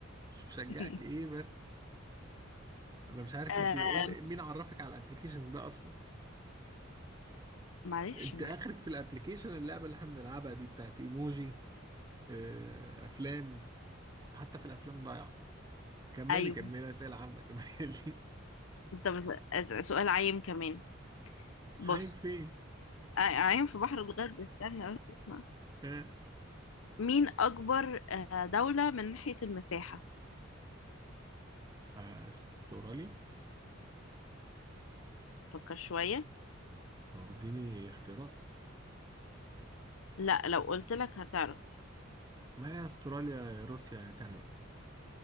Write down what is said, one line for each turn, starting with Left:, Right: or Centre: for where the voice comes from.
Right: مش بشجعك
Left: <laughs>
Right: ايه بس انا مش عارف
Left: آه
Right: انت ايه اللي... مين عرفك على الابليكيشن ده اصلا
Left: معلش
Right: انت
Left: ما.
Right: اخرك في الابليكيشن اللعبه اللي احنا بنلعبها دي بتاعت ايموجي آه، افلام حتى في الافلام ضايعه كملي
Left: ايوه
Right: كملي اسئله عامه كملي
Left: انت بس... أس- سؤال عايم كمان
Right: <laughs>
Left: بص
Right: حي فين
Left: آه، عايم في بحر الغد استنى بس اسمع
Right: ها
Left: مين اكبر آه، دولة من ناحية المساحة
Right: آه، استراليا
Left: فكر شوية
Right: هو اديني اختيارات
Left: لا لو قلت لك هتعرف
Right: ما هي استراليا يا روسيا يا كندا